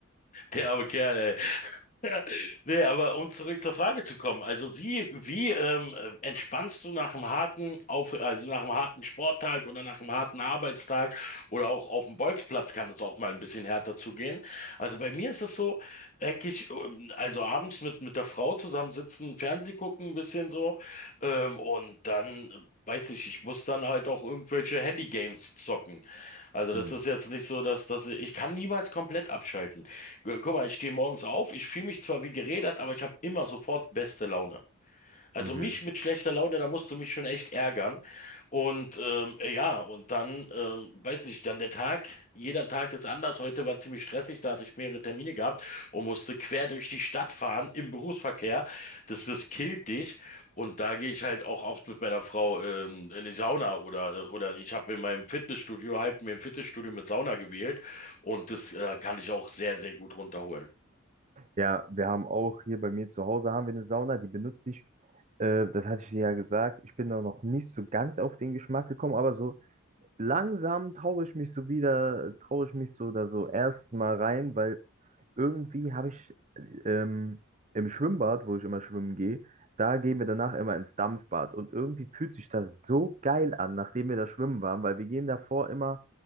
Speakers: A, on the left (about 35°); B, on the right (about 35°).
A: Der arme Kerl, ey. <laughs> Ja, nee, aber um zurück zur Frage zu kommen, also wie, wie ähm, äh, entspannst du nach einem harten Auf also nach einem harten Sporttag oder nach einem harten Arbeitstag oder auch auf dem Bolzplatz kann es auch mal ein bisschen härter zugehen. Also bei mir ist es so, eigentlich, ähm, also abends mit, mit der Frau zusammensitzen, Fernseh gucken, ein bisschen so, ähm, und dann äh, Weiß ich, ich muss dann halt auch irgendwelche Handygames zocken. Also das
B: Mhm.
A: ist jetzt nicht so, dass, dass ich ich kann niemals komplett abschalten. Gu- Guck mal, ich stehe morgens auf, ich fühle mich zwar wie gerädert, aber ich habe immer sofort beste Laune. Also
B: Mhm.
A: mich mit schlechter Laune, da musst du mich schon echt ärgern. Und ähm, ja, und dann, ähm, weiß nicht, dann der Tag, jeder Tag ist anders. Heute war ziemlich stressig, da hatte ich mehrere Termine gehabt und musste quer durch die Stadt fahren im Berufsverkehr. Das, das killt dich. Und da gehe ich halt auch oft mit meiner Frau ähm, in die Sauna oder, oder ich habe in meinem Fitnessstudio halt mir ein Fitnessstudio mit Sauna gewählt und das äh, kann ich auch sehr, sehr gut runterholen.
B: Ja, wir haben auch hier bei mir zu Hause haben wir eine Sauna, die benutze ich. Äh, das hatte ich dir ja gesagt. Ich bin da noch nicht so ganz auf den Geschmack gekommen, aber so langsam traue ich mich so wieder, traue ich mich so da so erst mal rein, weil irgendwie habe ich ähm, im Schwimmbad, wo ich immer schwimmen gehe, da gehen wir danach immer ins Dampfbad. Und irgendwie fühlt sich das so geil an, nachdem wir da schwimmen waren, weil wir gehen davor immer